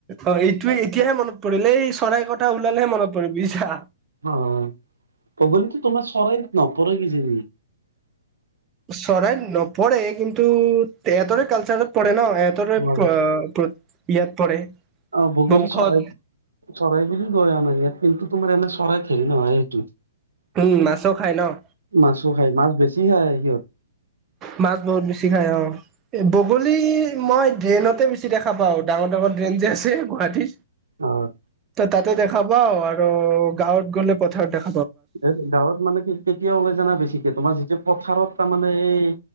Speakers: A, on the right; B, on the right.
A: অ এইটোৱে এতিয়াহে মনত পৰিলে এই চৰাই কথা ওলালেহে মনত পৰে বুজিছা।
B: হয় বগলীটো তোমাৰ চৰাইত নপৰে কি জানি।
A: চৰাইত নপৰে কিন্তু তেহঁতৰে কালচাৰত পৰে ন'। এটাৰে
B: হয়।
A: প প্ৰ ইয়াত পৰে।
B: অ', বগলী
A: বংশত
B: চৰাই, চৰাই বুলি কয় আমাৰ ইয়াত কিন্তু তোমাৰ এনে চৰাই হেৰি নহয় সেইটোত।
A: উম, মাছো খাই ন'।
B: মাছো খায় <unintelligible>
A: মাছ মই বেছি খাওঁ, অ', বগলী মই ড্ৰেইনতে বেছি দেখা পাওঁ। ডাঙৰ, ডাঙৰ ড্ৰেন যে, আছে গুৱাহাটী
B: অ'।
A: তাতে দেখা পাওঁ আৰু গাঁৱত গ'লে পথাৰত দেখ
B: এ, গাঁৱত মানে কি-কেতিয়া ওলাই জানা বেছিকে তোমাৰ যেতিয়া পথাৰত তাৰ মানে এই